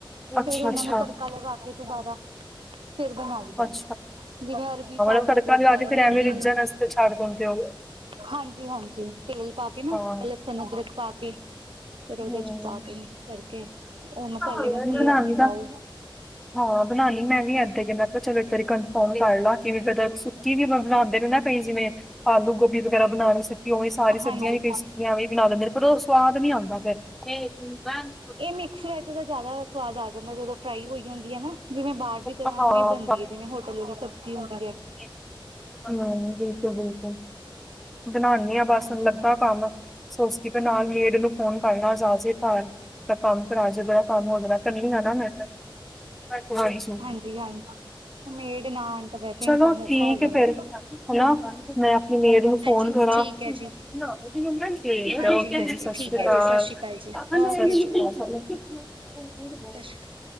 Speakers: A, in the centre; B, on the right.
A: ਅੱਛਾ-ਅੱਛਾ,,
B: ਫੇਰ ਉਹਨਾਂ ਨੂੰ ਤੜਕਾ
A: ਅੱਛਾ।
B: ਲਗਾ ਕੇ ਦੁਬਾਰਾ ਫੇਰ ਬਣਾਈਦਾ
A: ਪਾਲਕ
B: ਜਿਵੇਂ ਅਰਬੀ ਪਾ
A: ਨੂੰ
B: ਲੋ
A: ਤੜਕਾ
B: ਗੋਭੀ
A: ਲਾ ਕੇ, ਫ਼ਿਰ
B: ਭਿੰਡੀ
A: ਐਵੇਂ ਰਿੱਝਣ ਆਸਤੇ ਛੱਡ ਦਿੰਦੇ ਹੋ।
B: ਹਾਂਜੀ-ਹਾਂਜੀ, ਤੇਲ ਪਾ ਕੇ ਨਾ
A: ਹਾਂ
B: ਫੇਰ ਲਸਣ, ਅਦਰਕ ਪਾ ਕੇ ਫਿਰ ਉਹਦੇ
A: ਹਮ
B: ਚ ਪਾ ਕੇ, ਮਿਕਸ ਕਰਕੇ,। ਉਹ ਮਸਾਲੇ-ਮਸੂਲੇ
A: ਨਹੀਂ ਬਣਾਉਣੀ
B: ਆਪਣੇ
A: ਤਾਂ
B: ਪਾਓ
A: ਹਾਂ ਬਣਾਨੀ ਮੈਂ ਵੀ ਏਦਾਂ ਈ ਏ,। ਮੈਂ ਕਿਆ ਚਲੋ ਇੱਕ ਵਾਰੀ ਕਨਫਰਮ ਕਰ ਲਾ ਕਿ, ਪਤਾ ਸੁੱਕੀ ਵੀ ਆਪਾਂ ਬਣਾਉਂਦੇ ਨੇ। ਮੈਂ ਭੈ ਜਿਵੇਂ ਆਲੂ ਗੋਭੀ, ਵਗੈਰਾ ਬਣਾ ਸੁੱਕੀ, ਉਵੇਂ ਸਾਰੀ ਸਬਜ਼ੀਆਂ
B: ਹਾਂਜੀ
A: ਵੀ ਕਈ ਸੁੱਕੀਆਂ ਵੀ ਬਣਾ ਦਿੰਦੇ ਨੇ, ਪਰ ਉਹ ਸਵਾਦ ਨਈ, ਆਉਦਾ ਫਿਰ। <unintelligible> <inaudible>
B: ਇਹ ਮਿਕਸ ਵੈਜ, ਦਾ ਜ਼ਿਆਦਾ ਸਵਾਦ ਆ ਦਾ ਜਦੋਂ ਫਰਾਈ ਹੋਈ ਹੁੰਦੀ ਏ ਨਾ, ਜਿਵੇਂ ਬਾਹਰ ਦੀ ਤਰ੍ਹਾਂ
A: ਹਾਂ
B: ਉਵੇਂ ਬਣਦੀ ਏ, ਜਿਵੇਂ ਹੋਟਲ ਦੀ ਸਬਜ਼ੀ ਹੁੰਦੀ ਏ,
A: ਹੈਲੋ, ਬਿਲਕੁਲ-ਬਿਲਕੁਲ ਬਣਾਨੀਂ ਆਂ, ਬਸ
B: ਹਾਂਜੀ
A: ਲੱਗਾ
B: ਹਾਂਜੀ
A: ਕੰਮ ਸੋਚਦੀ ਪਈ ਆਂ, ਨਾਲ ਮੇਡ ਨੂੰ ਫੋਨ ਕਰਲਾਂ, ਅੱਜ ਆਜੇ ਘਰ, ਤੇ ਕੰਮ ਕਰਾ ਜੇ ਬੜਾ ਕੰਮ ਹੋ ਜਾਣਾ, ਕਰਨੀਆਂ ਨਾ ਮੇਡ ਨੂੰ
B: ਹਾਂਜੀ-ਹਾਂਜੀ, ਮੇਡ ਨਾ ਆਣ ਤਾਂ ਵੈਸੇ
A: ਚਲੋ
B: ਵੀ ਕੰਮ
A: ਠੀਕ
B: ਔਖਾ ਹੋ ਜਾਂਦਾ।
A: ਐ ਫੇਰ, ਹੈਨਾ ਮੈਂ ਆਪਣੀ ਮੇਡ ਨੂੰ ਫੋਨ,
B: ਹਾਂਜੀ,
A: ਕਰਾਂ।
B: ਠੀਕ ਐ ਜੀ।
A: ਹੈਲੋ,
B: ਹਾਂਜੀ-ਹਾਂਜੀ,
A: ਸਾਸੀਕਾਲ,
B: ਠੀਕ ਐ ਜੀ, ਸਤਿ ਸ਼੍ਰੀ ਅਕਾਲ ਜੀ,
A: ਸਾਸ਼ੀਕਾਲ।
B: ਓਕੇ ਜੀ,
A: <inaudible>
B: ਸਤਿ ਸ਼੍ਰੀ